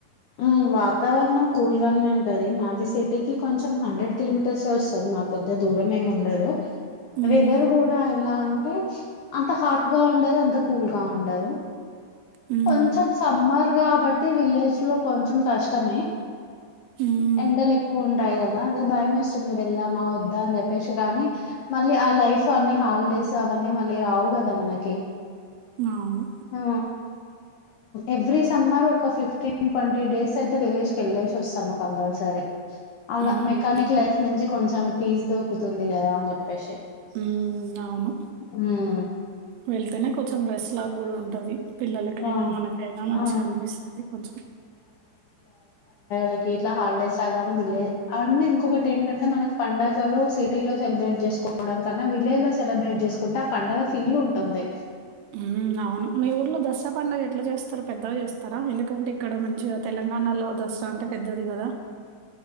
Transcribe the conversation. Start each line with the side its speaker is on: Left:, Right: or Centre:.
Left: ఉమ్ వాతావర్ణం కూల్గానే ఉంటది, మాది సిటీకి కొంచెం హండ్రెడ్ కిలోమీటర్స్యే వొస్తది మాక్ పెద్ దా దూరమే ఉండదు.
Right: హ్మ్.
Left: వెదర్ గూడ ఎలా అంటే, అంత హాట్గా ఉండదు. అంత కూల్గా ఉండదు.
Right: హ్మ్.
Left: కొంచెం సమ్మర్ గాబట్టి విలేజ్లో కొంచెం కష్టమే.
Right: ఉమ్
Left: ఎండల్ ఎక్కువ్ ఉంటాయి గదా, అదే భయమేస్తుంది వెళ్దా మా వద్దా అని జేప్పేసి గానీ, మళ్ళీ ఆ లై ఇఫ్ అన్ని హాలిడేస్ అవన్నీ మళ్ళీ రావ్ గదా మనకి.
Right: ఔను
Left: ఆ, ఎవ్రీ సమ్మరు ఒక ఫిఫ్టీన్ ట్వంటీ డేస్ అయితే విలేజ్కి ఎళ్ళేసి వొస్తము కంపల్సరీ. అలా
Right: హ్మ్.
Left: మెకానిక్
Right: అవును.
Left: లైఫ్ నుంచి కొంచెం పీస్ దొకుతుంది గదా అని జేప్పేసి.
Right: ఉమ్ అవును,
Left: ఉమ్
Right: వెళ్తేనే కొంచెం రెస్ట్ లాగా గుడ ఉంట్ టది పిల్లలకైనా
Left: ఆ
Right: మనకైనా మంచిగన్పిస్తది
Left: ఆ
Right: కొంచెం
Left: ఏకెట్లా హాలిడేస్ రాగానే విలే, అండ్ ఇంకొకటి ఏంటంటే మనక్ పండగ్ లలో సిటీ లో సెలబ్రేట్ జేస్కోవడం కన్నా, విలేజ్ లో సెలబ్రేట్ జేస్కుంటే ఆ పండగ ఫీల్ ఉంటుంది.
Right: ఉమ్ అవును, మీ ఉర్ ర్లో దస్రా పండగ ఎట్లా జేస్తారారు పెద్దగా జేస్తార, ఎందుకంటే ఇక్కడ మంచిగా తెలంగాణలో దస్ స్రా అంటే పెద్దది గదా.